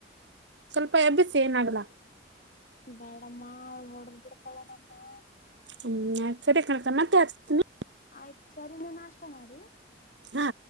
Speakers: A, on the right (about 75°); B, on the left (about 45°).
A: ಸ್ವಲ್ಪ ಎಬ್ಬಿಸಿ ಏನಾಗಲ್ಲ.
B: ಬೇಡಮ್ಮ ಅವಳು ಹೊಡಿದ್ ಬಿಡ್ತಾಳೆ ನನ್ನ.
A: ಹ್ಮ್ ಸರಿ ಕಣಕ್ಕ ಮತ್ತೆ ಹಚ್ತೀನಿ.
B: ಆಯ್ತು ಸರಿ ನೀವು ನಾಷ್ಟ ಮಾಡಿ.
A: ಹಾ.